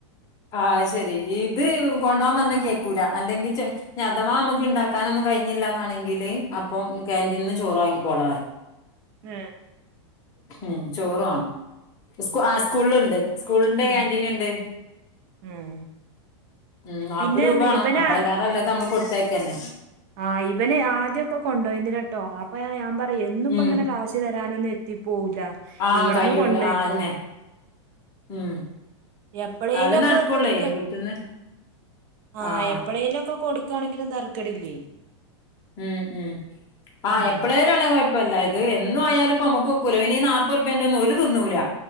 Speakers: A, on the left (about 25°); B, on the right (about 45°).
A: ആഹ് ശെരി ഇത് കൊണ്ടോം പറഞ്ഞാ കേക്കൂല അല്ലെങ്കി ഞഥവാമ്മക്ക് ഇണ്ടാക്കാനൊന്നും കയ്ഞ്ഞില്ലാന്നാണെങ്കില് അപ്പം കാന്റീന്ന്ന് ചോറ് വാങ്ങിക്കോളാറയു
B: ഉം
A: ഉം ചോറുവാണം സ്കു ആ സ്കൂള്ല്ണ്ട് സ്കൂളിന്റെ
B: ഉം
A: കാന്റീന്ണ്ട്
B: ഉം
A: ഉം നാപ്പരൂപേണം
B: പിന്നെ പറഞ്ഞ ഇവനാ
A: അപ്പ എല്ലാറെല്ലാതെ നമ്മ കൊടുത്തയക്കാന്
B: ആഹ് ഇവനെ ആദ്യൊക്കെ കൊണ്ടോയിണ്ട്കേട്ടോ അപ്പൊ ഞാൻ പറയു എന്നുംപ്പങ്ങനെ
A: ഉം
B: ക്ശ് തരാനൊന്നു എ ത്തി പോവൂല
A: ആഹ്
B: ഇവിടന്ന്
A: കയ്യൂല
B: കൊണ്ടൊയ്ക്കോ
A: ആന്നെ ഉം
B: എപ്പളേലുവൊക്കെ
A: അതേ നടക്കൊള്ളേ
B: കൊടുക്ക
A: വീട്ട്ന്ന്
B: ആ
A: ആഹ്
B: എപ്പളേലൊക്കെ കൊടുക്ക ക്കാണെങ്കിലും തരക്കടില്ലെ
A: ഉം ഉം ആഹ്
B: ഉം
A: എപ്പളേലാണെ കൊയപ്പല്ല ഇത് എന്നും ആയാലുപ്പൊ നമക്കൊക്കൂല പിന്നീ നാപ്പറുപ്പ്യേന്റെന്നും ഓല് തിന്നൂല